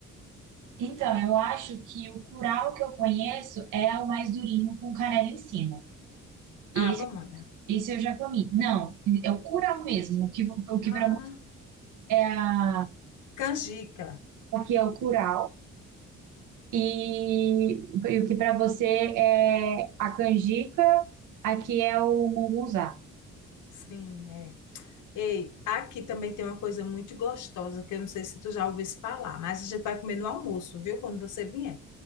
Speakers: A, on the right; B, on the left.
A: Então, eu acho que o curau que eu conheço é o mais durinho com canela em cima. E
B: Ah,
A: esse,
B: pamonha.
A: esse eu já comi. Não, é o curau mesmo. O que, vo- o que
B: Ah,
A: para você é a
B: canjica.
A: aqui é o curau. E, e o que para você é a canjica, aqui é o mungunzá.
B: Sim, é. Ei, aqui também tem uma coisa muito gostosa, que eu não sei se tu já ouviste falar, mas a gente vai comer no almoço, viu? Quando você vier.